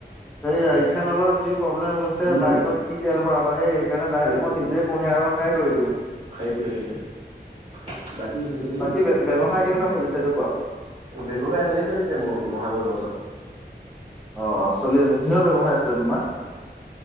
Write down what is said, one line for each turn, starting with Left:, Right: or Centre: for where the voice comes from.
Centre: সেইয়া ইথানেলৰ যি প্ৰব্লেম হৈছে
Right: উম
Centre: বাইকত কি তেল ভৰাবা? সেই সেইকাৰণে ডাইৰেক্ট
Right: সেইটোৱে
Centre: মই নিজেই কুঁহিয়া ৰস খাই দৌৰি দিওঁ।
Right: সেইটোৱে, সেইটোৱে। বাকী হেৰি
Centre: বাকী ব্যৱসায় কেনেকুৱা চলিছে এইটো কোৱা।
Right: ব্যৱসায় ভালেই চলিছে মোৰ, মহাভৈৰৱৰ ওচৰত।
Centre: অ', চলি আছে, কিহৰ ব্যৱসায় আছিলে তোমাৰ?